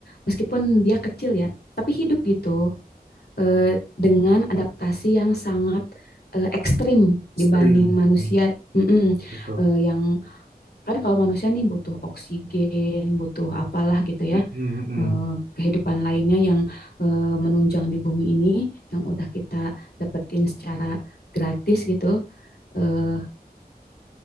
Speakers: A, on the left; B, on the right.
A: meskipun dia kecil ya tapi hidup gitu eh, dengan adaptasi yang sangat eh, ekstrim dibanding
B: Stream.
A: manusia
B: Hmm,
A: Mm-mm.
B: Betul.
A: Eh, yang kan kalau manusia nih butuh oksigen butuh apalah gitu
B: Mm,
A: ya
B: mm, mm,
A: eh, kehidupan lainnya yang eh, menunjang di bumi ini yang udah kita dapetin secara gratis gitu eh,